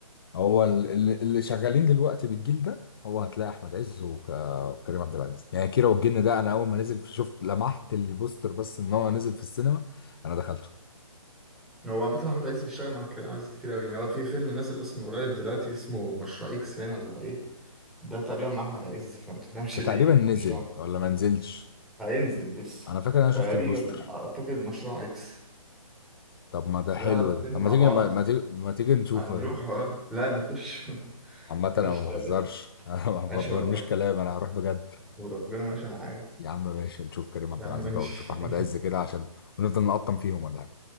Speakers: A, on the left; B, in the centre.
A: هو ال- اللي اللي شغالين دلوقتي بالجيل ده هو هتلاقي احمد عز وك- وكريم عبد العزيز يعني كيرة والجن
B: لا
A: ده انا اول ما نزل شفت لمحت البوستر بس ان هو نزل في السينما انا دخلته
B: هو عامة أحمد عز بيشتغل مع كريم عبد العزيز كتير أوي يعني هو في فيلم نازل أصلا قريب دلوقتي اسمه مشروع إكس باين ولا إيه ده تقريبا مع أحمد عز فما تفهمش
A: تقريبا
B: ليه يعني
A: نزل
B: مش عارف.
A: ولا ما نزلش
B: هينزل لسه
A: انا فاكر إن انا
B: تقريبا
A: شفت البوستر
B: أعتقد مشروع إكس
A: طب ما ده
B: ده
A: حلو
B: الاتنين
A: ده طب
B: مع
A: ما تيجي
B: بعض
A: ما, ما تيجي ما تيجي نشوفه
B: هنروح أه لا نخش <laughs>
A: عامة انا
B: قشطة
A: ما بهزرش
B: يا باشا.
A: <laughs> انا ما ما
B: ماشي
A: برميش
B: والله
A: كلام انا هروح بجد
B: وربنا ماشي معاك
A: يا عم ماشي نشوف كريم عبد
B: يا عم
A: العزيز
B: ماشي
A: بقى ونشوف احمد
B: <laughs>
A: عز كده عشان ونفضل نقطم فيهم ولا حاجة